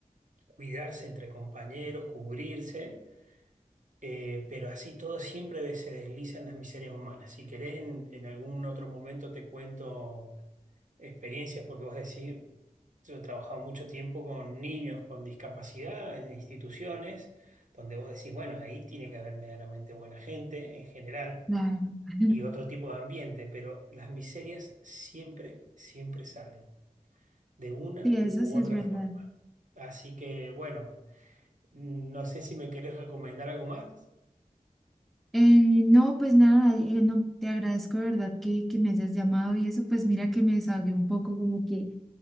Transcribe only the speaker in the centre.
Claro. <laughs>
Sí,
eso sí
es verdad.
Eh, no, pues nada, eh, no, te agradezco de verdad que, que me hayas llamado y eso, pues mira que me desahogué un poco, como que